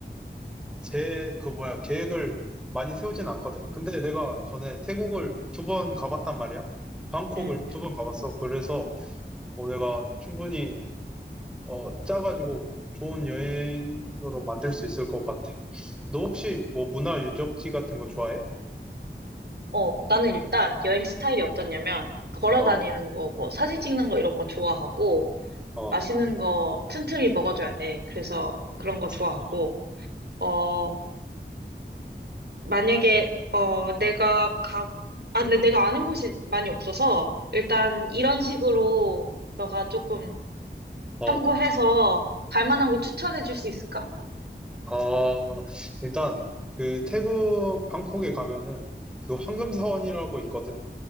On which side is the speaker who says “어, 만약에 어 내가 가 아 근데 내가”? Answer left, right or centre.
Right